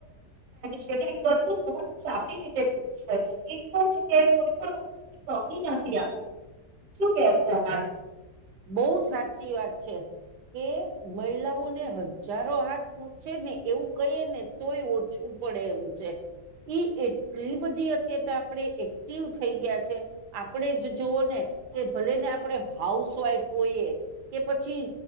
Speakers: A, on the right; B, on the right.
A: છેનેધું સારી રીતેે છે પણ જગ્યાએ કોઈ પણ વસ્તુ ટોપી નથી આપતી શું કેવું તમારે?
B: બહુ સાચી વાત છે કે મહિલાઓને હજારો હાથ છેે ને એવું કહીએ ને તોય ઓછું પડે એમ છે ઈ એટલી બધી અત તો આપણે એક્ટિવ થઈ ગયા છે આપણે જ જોવઓ ને કે ભલે ને આપણે હાઉસ વાઈફ હોઈએ કે પછી